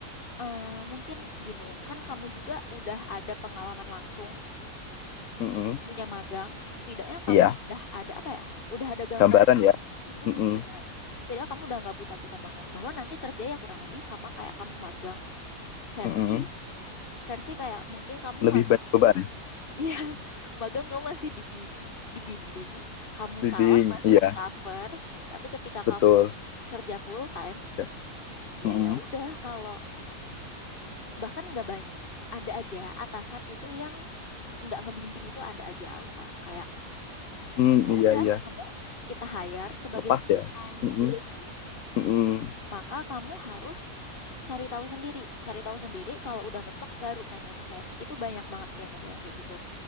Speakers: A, on the left; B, on the left.
A: eh, mungkin gini kan kamu juga udah ada pengalaman langsung
B: mm-mm.
A: dulunya magang, setidaknya kamu
B: Iya
A: udah ada apa ya? Udah ada gambaran.
B: gambaran ya.
A: Mm-mm,
B: Mm-mm,
A: benar. Setidaknya kamu udah nggak buta-buta banget. Bahwa nanti kerja ya kurang lebih sama kayak kamu magang versi
B: mm-mm.
A: versi kayak mungkin kamu
B: Lebih
A: magang
B: banyak
A: itu
B: beban,
A: <laughs> Iya, magang kamu masih dibim- dibimbing, kamu
B: bimbing.
A: salah masih
B: Iya
A: di cover, tapi ketika
B: betul.
A: kamu kerja full time,
B: Ya.
A: ya
B: Mm-mm.
A: ya udah kalau bahkan nggak banyak ada aja atasan itu yang nggak ngebimbing itu ada aja Aufa kayak
B: Mm,
A: ya
B: iya
A: udah
B: iya
A: kamu kita hire sebagai
B: lepas
A: full
B: ya.
A: time
B: Mm-mm. Mm-mm.
A: maka kamu harus cari tahu sendiri cari tahu sendiri kalau udah mentok baru nanya ke saya itu banyak banget yang model kayak gitu